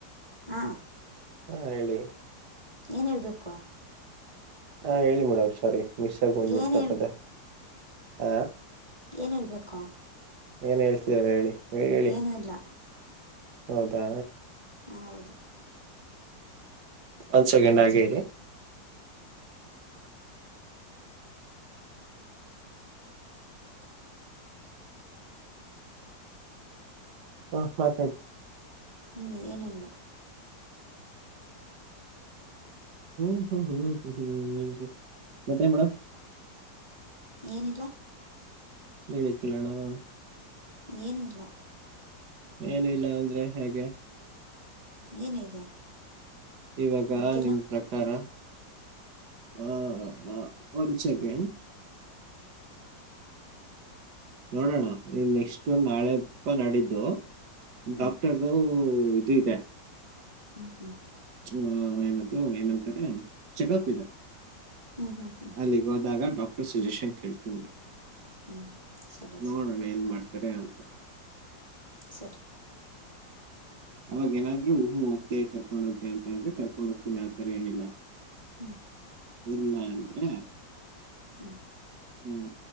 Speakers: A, on the right; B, on the right.
A: ಹಾ
B: ಹಾ ಹೇಳಿ
A: ಏನ್ ಹೇಳ್ಬೇಕು
B: ಹಾ ಹೇಳಿ ಮೇಡಮ್ ಸಾರಿ ಮಿಸ್ ಆಗ ಬಂದ್ಬಿಡ್ತಪ್ಪದ
A: ಏನು
B: ಆ
A: ಏನ್ ಇರ್ಬೇಕು
B: ಏನ್ ಹೇಳ್ತರಲ್ಲ ಹೇಳಿ ಹೇಳಿ ಹೇಳಿ.
A: ಏನುೂ ಇಲ್ಲ
B: ಹೌದಾ
A: ಹಾಂ ಹೌದು
B: ಒಂದ್ ಸೆಕೆಂಡ್
A: ಹ್ಞೂ
B: ಆಗೇರಿ ಹ್ಮ ಮತ್ತತರಿ
A: ಹ್ಮ್ ಏನಲ್ಲ
B: ಹ್ಮ್ ಹ್ಮ್ ಹ್ಮ್ ಹ್ಮ್ ಹ್ಮ್ ಹ್ಮ್ ಹ್ಮ್ ಮತ್ತೆ ಮೇಡಮ್
A: ಏನಿದ
B: <unintelligible>
A: ಏನೀಲ್ಲ.
B: ಏನ ಇಲ್ಲ ಅಂದ್ರೆ ಹೇಗೆ
A: ಏನ್ ಹೇಗೆ
B: ಇವಾಗ
A: ಗೊತ್ತಿಲ್ಲ
B: ನಿಮ್ ಪ್ರಕಾರ ಹಾ ಹಾ ಒಂದ್ ಸೆಕೆಂಡ್ ನೋಡೋಣ ನೀ ನೆಕ್ಸ್ಟ್ ನಾಳೆಪ್ಪ ನಾಡಿದ್ದು
A: ಹ್ಞೂ
B: ಡಾಕ್ಟರ್ ಉ ಇದು ಇದೆ.
A: ಹ್ಞೂ ಹ್ಞೂ
B: ಹ ಏನದು ಏನಂತಾರೆ ಚೆಕಪ್ ಇದೆ.
A: ಹ್ಞೂ ಹ್ಞೂ ಹ್ಞೂ
B: ಅಲ್ಲಿಗೆ ಹೋದಾಗ ಡಾಕ್ಟರ್ ಸಜಶನ್ ಕೇಳ್ತೀನಿ.
A: ಹ್ಞೂ ಸರಿ
B: ನೋಡೋಣ
A: ಸರ್
B: ಏನ್ ಮಾಡಾತಾರೇ ಅಂತ.
A: ಸರಿ.
B: ಅವವಾಗಏನಾದ್ರು ನು ಕೇಕ್ ಕಟ್ ಮಾಡೋಕೆ ಅಂತ ಅಂದ್ರೆ ಕರ್ಕೊಂಡ ಹೋಗ್ತೀನಿ ಆತರ ಏನಿಲ್ಲ.
A: <inaudible>
B: ಇಲ್ಲ ಅಂದ್ರ
A: <inaudible>
B: ಹ್ಮ